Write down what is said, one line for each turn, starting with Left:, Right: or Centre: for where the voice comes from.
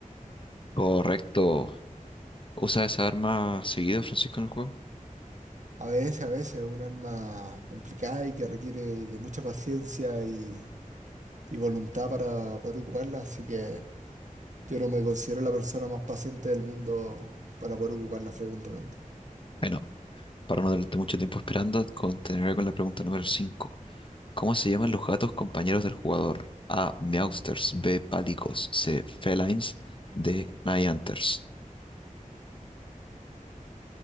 Left: Correcto. ¿Usa esa arma seguido, Francisco, en el juego?
Right: A veces, a veces, un arma complicada y que requiere de mucha paciencia y, y voluntad para poder ocuparla, así que yo no me considero la persona más paciente del mundo para poder ocuparla frecuentemente.
Left: Bueno, Para no darte mucho tiempo esperando, continuaré con la pregunta número 5. ¿Cómo se llaman los gatos compañeros del jugador? A. Meowsters. B. Palicos. C. Felines. D. Nighthunters.